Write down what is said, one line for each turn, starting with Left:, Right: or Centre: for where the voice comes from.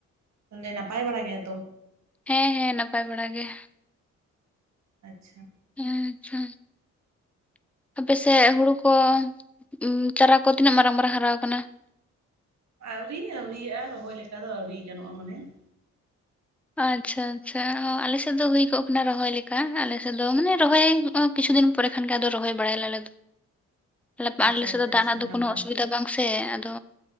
Right: ᱛᱟᱞᱮ ᱱᱟᱯᱟᱭ ᱵᱟᱲᱟ ᱜᱮᱭᱟ ᱛᱚ?
Centre: ᱦᱮᱸ ᱦᱮᱸ, ᱱᱟᱯᱟᱭ ᱵᱟᱲᱟ ᱜᱮ ᱾
Right: ᱟᱪᱪᱷᱟ ᱾
Centre: ᱦᱮᱸ ᱟᱪᱪᱷᱟ ᱾ ᱟᱯᱮ ᱥᱮᱜ ᱦᱩᱲᱩ ᱠᱚ ᱩᱢ ᱪᱟᱨᱟ ᱠᱚ ᱛᱤᱱᱟᱹᱜ ᱢᱟᱨᱟᱝ ᱢᱟᱨᱟᱝ ᱦᱟᱨᱟ ᱟᱠᱟᱱᱟ?
Right: ᱟᱹᱣᱨᱤ ᱟᱹᱣᱨᱤᱭᱟᱜᱼᱟ ᱨᱚᱦᱚᱭ ᱞᱮᱠᱟ ᱫᱚ ᱟᱹᱣᱨᱤ ᱜᱟᱱᱚᱜᱼᱟ ᱢᱟᱱᱮ ᱾
Centre: ᱟᱪᱪᱷᱟ ᱟᱪᱪᱷᱟ ᱚ ᱟᱞᱮ ᱥᱮᱫ ᱫᱚ ᱦᱩᱭ ᱠᱚᱜ ᱠᱟᱱᱟ ᱨᱚᱦᱚᱭ ᱞᱮᱠᱟ ᱟᱞᱮ ᱥᱮᱫ ᱫᱚ ᱢᱟᱱᱮ ᱨᱚᱦᱚᱭ ᱚ ᱠᱤᱪᱷᱩ ᱫᱤᱱ ᱯᱚᱨᱮ ᱠᱷᱟᱱ ᱜᱮ ᱟᱫᱚ ᱨᱚᱦᱚᱭ ᱵᱟᱲᱟᱭᱟ ᱞᱮ ᱟᱞᱮ ᱫᱚ ᱟᱞᱮ-ᱯᱟ-ᱟᱞᱮᱥᱮ
Right: ᱟᱪᱪᱷᱟ ᱟᱪᱪᱷᱟ
Centre: ᱫᱚ ᱫᱟᱜ
Right: ᱟᱪᱪᱷᱟ
Centre: ᱨᱮᱱᱟᱜ ᱫᱚ
Right: ᱱᱟᱯᱟᱭ
Centre: ᱠᱳᱚᱱᱳ ᱚᱥᱩᱵᱤᱫᱟ ᱵᱟᱝ ᱥᱮ ᱟᱫᱚ